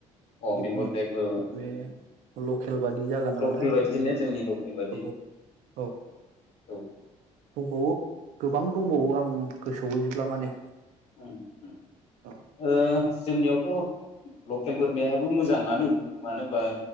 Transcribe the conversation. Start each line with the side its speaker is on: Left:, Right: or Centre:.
Left: अ
Right: बेखौ
Left: बेंगल
Right: मोनसे
Left: ब्लेकबो।
Right: बे लकेल बादि जागोन नामाथाय
Left: लकेल बायदिजोंनो जोंनि लकेल बायदि।
Right: औ औ
Left: औ
Right: दंबावो गोबां दंबावो आं गोसोआव गैजोबब्ला माने।
Left: उम उम
Right: औ
Left: ओ जोंनियावथ' लकेल बोरमायाबो मोजाङानो मानो होनबा